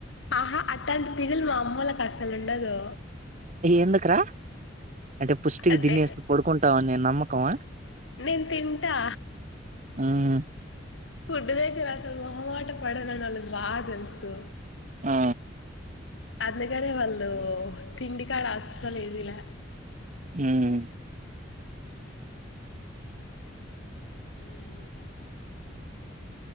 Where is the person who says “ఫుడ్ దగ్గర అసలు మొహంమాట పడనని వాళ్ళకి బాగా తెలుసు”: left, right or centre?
Left